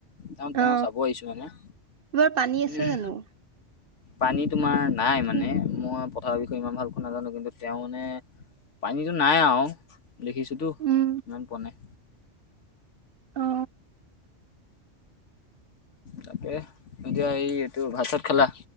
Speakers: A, on the left (about 70°); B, on the right (about 55°).
A: তেওঁ
B: অ
A: তেওঁ চাব আহিছো মানে।
B: এইবাৰ পানী আছে
A: উম
B: জানো?
A: পানী তোমাৰ নাই
B: কি?
A: মানে মই পথাৰৰ বিষয়ে ইমান ভালকৈ নাজানো কিন্তু তেওঁ মানে পানীটো নাই আও। দেখিছোতো
B: উম
A: ইমান পোৱা নাই।
B: অ
A: তাকে এতিয়া এই এইটো ভাত চাত খালা